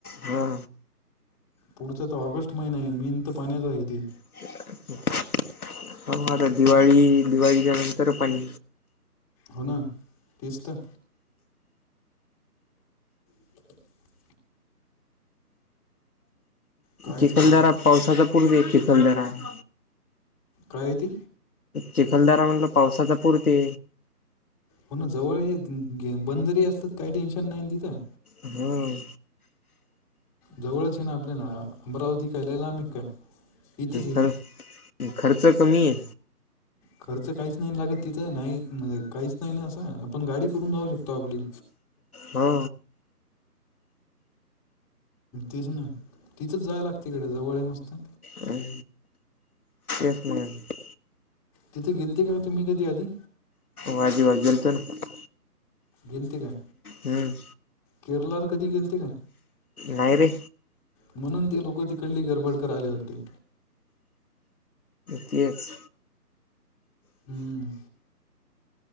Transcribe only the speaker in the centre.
पुढचा तर ऑगस्ट महिना आहे मेन तर पाण्याच आहे ते.
हो ना तेच तर. <inaudible> कायच
करावं
काय आहे ते?
हो ना जवळ गं गे बंदरी असतात काही टेन्शन नाही तिथं
जवळच आहे ना आपल्या ना अमरावती काय लय लांब आहे काय इथंच
खर्च काहीच नाही लागतं तिथं नाही म्हणजे काहीच नाही ना असं आपण गाडी करून जाऊ शकतो आपली.
तेच ना तिथंच जाय लागतं तिकडं जवळ आहे नुसता
तिथे गेलते का तुम्ही कधी आधी
गेलते का?
केरलाला कधी गेलते काय?
म्हणून ते लोकं तिकडली गरबड कर आले होते.
हम्म